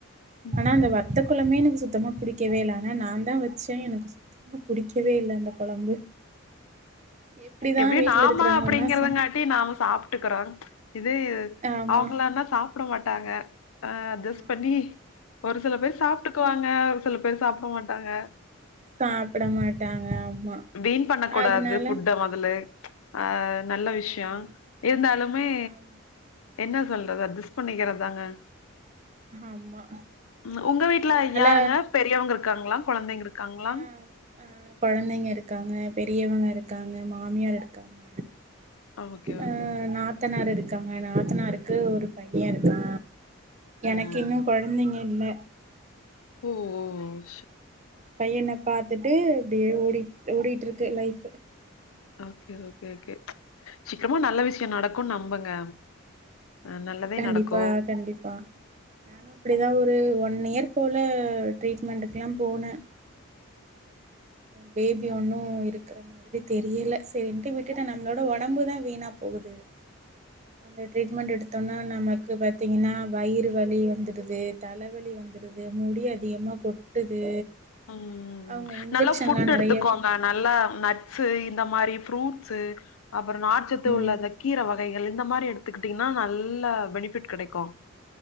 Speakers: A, on the left; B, on the right.
A: ம்
B: ஆனா அந்த வத்த கொழம்பே எனக்கு சுத்தமா புடிக்கவே இல்ல ஆனா நான்தா வச்சே எனக்கு சுத் <unintelligible> புடிக்கவே இல்ல அந்த கொழம்பு எப்டிதா
A: எப்டியு
B: வீட்ல
A: நாம
B: இருக்கிறவங்கல்லா
A: அப்புடிங்கறதங்காட்
B: சா
A: ட்டி நாம சாப்ட்டுக்கறோ இதே
B: ஆமா
A: அவங்களா இருந்தா சாப்ட மாட்டாங்க அ அட்ஜஸ்
B: ஆமா
A: பண்ணி ஒரு சில பேர் சாப்பிட்டுக்குவாங்க ஒரு சில பேர் சாப்டமாட்டாங்க
B: சாப்டமாட்டாங்க ஆமா
A: வீண் பண்ண கூடாது
B: அதனால
A: ஃபுட்ட மொதல்லே அ நல்ல விஷ்ய
B: ஆமா
A: இருந்தாலுமே
B: ஆமா
A: என்னா சொல்றது அஜஸ் பண்ணிக்கறதாங்க
B: ஆமா
A: உம் உங்க வீட்டுல
B: அதனால
A: யாருங்க பெரியவுங்க இருக் காங்களா கொழந்தைங்க இருக்காங்களா
B: ஆ கொழந்தைங்க இருக்காங்க பெரியவங்க இருக்காங்க மாமியார் இருக்காங்க
A: ஓக்கே
B: ஆ
A: ஓக்கே
B: நாத்தனார் இருக்காங்க நாத்தனாருக்கு ஒரு பைய இருக்கா எனக்கு
A: ம்
B: இன்னு கொழந்தைங்க இல்ல
A: ஓஓஓ
B: பையன பாத்துட்டு இப்டே ஓடிட்டு ஓடிட்டிருக்கு லைஃபு
A: ஓக்கே ஓக்கே ஓக்கே சீக்கமா நல்ல விஷயோ நடக்குனு நம்புங்க அ நல்லதே
B: கண்டிப்பா
A: நடக்கு
B: கண்டிப்பா அப்டிதா ஒரு ஒன் யேர் போல ட்ரீட்மெண்ட்க்குலா போன பேபி ஒன்னு இருக்குற மாறி தெரியல செரின்ட்டு விட்டுட்டே நம்ப்ளோட ஒடம்பு தா வீணா போகுது அந்த ட்ரீட்மெண்ட் எடுத்தோனா நமக்கு பாத்தீங்கனா வயிறு வலி வந்துடுது தலவலி வந்துடுது முடி அதிகமா கொட்டுது
A: அ அ
B: அவங்க இன்ஜெக்ஷன்லா
A: நல்லா ஃபுட்
B: நெறைய
A: எடுத்துக்கோங்க நல்லா நட்ஸு இந்த மாறி புரூட்ஸீ அப்பற நாற்சத்து
B: ம் ம்
A: உள்ள அந்த கீர வகைகள் இந்த மாறி எடுத்துக்கிட்டீங்னா நல்ல பெனிஃபிட் கெடைக்கு